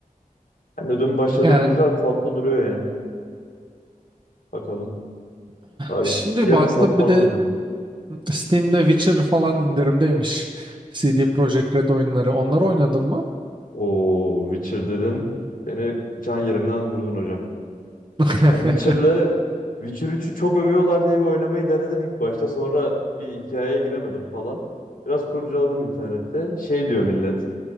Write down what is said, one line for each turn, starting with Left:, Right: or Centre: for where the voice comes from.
Left: Ben de dün başladım.
Right: Yani
Left: Güzel tatlı duruyor yani. Bakalım. Abi,
Right: şimdi
Left: yarım
Right: baktım
Left: saat falan
Right: bir de
Left: oynadım.
Right: Steam'de Witcher falan indirimdeymiş. CD Projekt Red oyunları. Onları oynadın mı?
Left: O Witcher dedin. Beni can yerimden vurdun hocam.
Right: <laughs>
Left: Yani Witcher'ları Witcher üçü çok övüyorlar diye bir oynamayı denedim ilk başta. Sonra bir hikayeye giremedim falan. Biraz kurcaladım internette. Şey diyor millet.